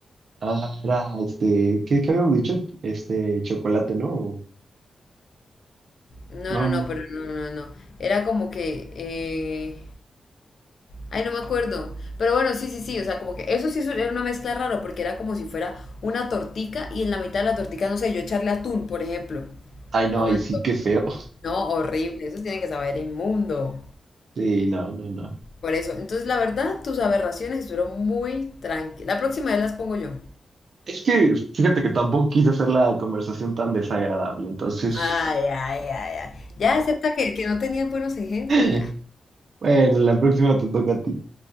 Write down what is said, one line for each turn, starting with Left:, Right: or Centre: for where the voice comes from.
Right: Ah, era, este, ¿qué, qué habíamos dicho? Este, chocolate, ¿no? O-
Left: No,
Right: No,
Left: no,
Right: no.
Left: no, pero no, no, no. no. Era como que, eh, ay, no me acuerdo. Pero bueno, sí, sí, sí, o sea, como que eso sí era una mezcla rara, porque era como si fuera una tortica, y en la mitad de la tortica, no sé, yo echarle atún, por ejemplo,
Right: ay, no,
Left: a una
Right: ay, sí,
Left: torta.
Right: qué feo. <laughs>
Left: No, horrible, eso tiene que saber inmundo.
Right: Sí, no, no, no.
Left: Por eso. Entonces, la verdad, tus aberraciones estuvieron muy tranquilas. La próxima vez las pongo yo.
Right: Es que, fíjate que tampoco quise hacer la conversación tan desagradable, entonces,
Left: Ay, ay, ay, ay. Ya acepta que, que no tenías buenos ejemplos,
Right: <laughs>
Left: ya.
Right: bueno, la próxima te toca a ti.